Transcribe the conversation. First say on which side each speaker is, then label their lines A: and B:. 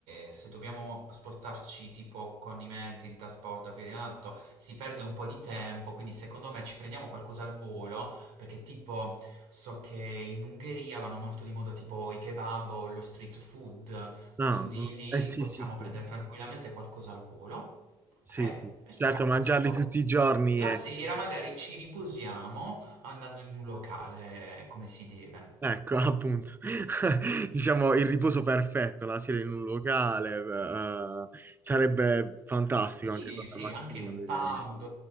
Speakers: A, on the right (about 80°); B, on the right (about 20°).
A: e se dobbiamo spostarci tipo con i mezzi di trasporto e via di là, si perde un po' di tempo, quindi secondo me ci prendiamo qualcosa al volo, perché tipo so che in Ungheria vanno molto di moda tipo i kebab o lo street food,
B: No,
A: quindi lì
B: eh sì,
A: Mm, possiamo
B: sì, sì,
A: prendere ok. tranquillamente qualcosa al volo
B: sì,
A: e,
B: sì.
A: e stiamo
B: Certo,
A: a posto.
B: mangiarli tutti i giorni
A: La
B: è...
A: Giusto, sera giusto. magari ci riposiamo andando in un locale come si deve.
B: Ecco, appunto, <laughs> diciamo il riposo perfetto, la sera in un locale, eh, sarebbe fantastico
A: Sì,
B: anche quella
A: sì, anche
B: mattina
A: in un
B: vedere.
A: pub,